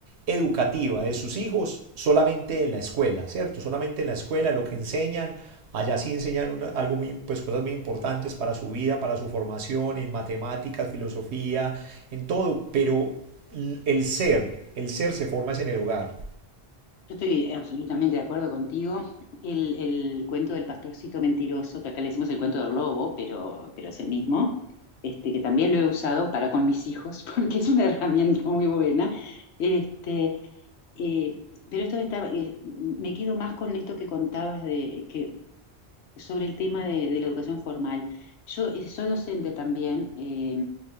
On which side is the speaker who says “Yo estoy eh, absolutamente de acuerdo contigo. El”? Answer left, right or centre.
Left